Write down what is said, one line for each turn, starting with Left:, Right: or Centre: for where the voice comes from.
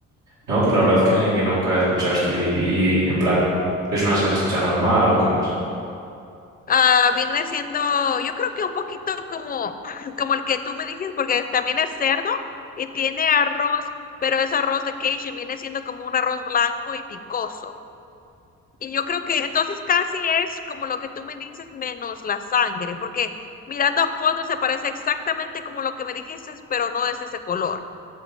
Right: No, pues la verdad que, que nunca he escuchado esto y, y, en plan, ¿es una salchicha normal o cómo es?
Left: Ah, viene siendo, yo creo que un poquito como, <clears throat> como el que tú me dijiste, porque también es cerdo y tiene arroz, pero es arroz de Cajun, viene siendo como un arroz blanco y picoso. Y yo creo que entonces casi es como lo que tú me dices menos la sangre, porque mirando fotos se parece exactamente como lo que me dijiste, pero no es ese color.